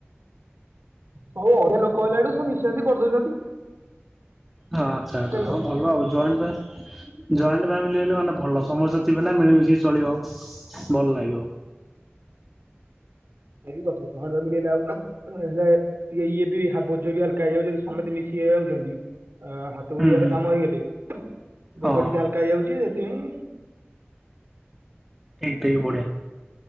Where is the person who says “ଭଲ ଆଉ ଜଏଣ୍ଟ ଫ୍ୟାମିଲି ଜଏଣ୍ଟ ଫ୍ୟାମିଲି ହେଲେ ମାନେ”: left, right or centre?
Centre